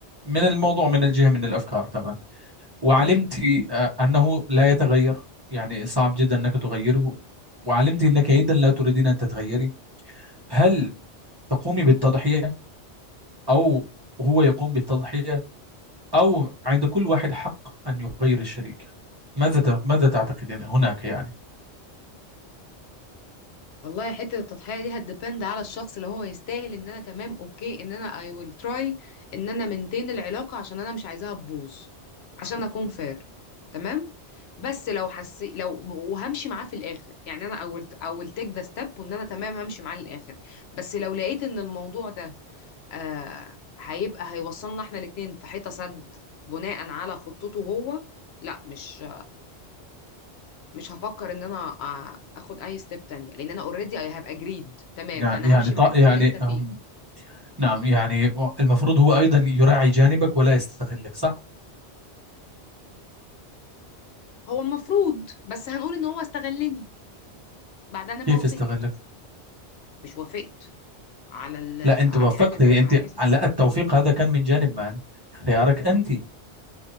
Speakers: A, on the right; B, on the left.
A: من الموضوع من الجهة من الأفكار تمام وعلمت
B: تمام
A: آه، أنه لا يتغير يعني صعب جدا أنك تغيره وعلمت أنك أيضا لا تريدين أن تتغيري هل تقومي بالتضحية أو هو يقوم بالتضحية أو عند كل واحد حق أن يغير الشريك ماذا ت- ماذا تعتقدين هناك يعني
B: والله حتة التضحية دي هتديبند على الشخص اللي هو يستاهل ان انا تمام اوكي ان انا I will try ان انا منتين العلاقة عشان انا مش عايزاها تبوظ عشان اكون فير تمام بس لو حسي لو وهمشي معاه في الاخر يعني انا I will I will take the step وان انا تمام همشي معاه للاخر بس لو لقيت ان الموضوع ده آه هيبقى هيوصلنا احنا الاتنين في حيطة سد بناء على خطته هو لا مش مش هفكر ان انا آ- اخد اي ستيب تانية لان انا اوريدي هبقى اجريد تمام
A: يعني
B: انا
A: يعني
B: همشي
A: ط-
B: معاك
A: يعني
B: في اللي انت فيه
A: أم، نعم يعني المفروض هو أيضا يراعي جانبك ولا يستغلك صح؟
B: هو المفروض بس هنقول ان هو استغلني بعد انا ما
A: كيف
B: وافقت
A: يستغلك؟
B: مش وافقت على ال-
A: لا أنت
B: على
A: وافقتي
B: الحاجة اللي هو
A: أنت
B: عايزها
A: لا التوفيق هذا كان من جانب من؟ خيارك أنت